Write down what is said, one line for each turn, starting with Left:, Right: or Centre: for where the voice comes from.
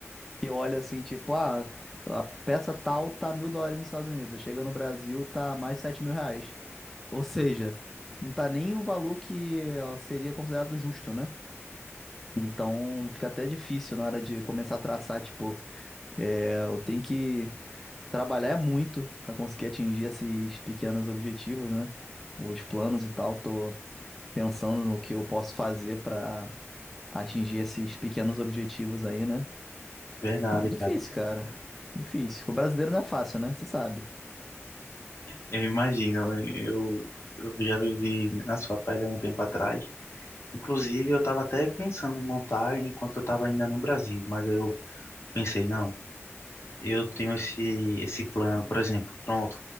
Centre: que olha assim, tipo, ah, a peça tal tá mil dólares nos Estados Unidos, chega no Brasil, tá mais de sete mil reais. Ou seja, não tá nem o valor que ó, seria considerado justo, né? Então fica até difícil na hora de começar a traçar, tipo, é, eu tenho que trabalhar muito para conseguir atingir esses pequenos objetivos, né? Os planos e tal, tô pensando no que eu posso fazer para atingir esses pequenos objetivos aí, né?
Left: Verdade,
Centre: E é difícil,
Left: cara.
Centre: cara. Difícil. O brasileiro não é fácil, né? Você sabe.
Left: Eu imagino, né? Eu, eu já vivi na sua pele há um tempo atrás. Inclusive, eu estava até pensando em montar enquanto eu estava ainda no Brasil, mas eu pensei, não. eu tenho esse, esse plano, por exemplo, pronto,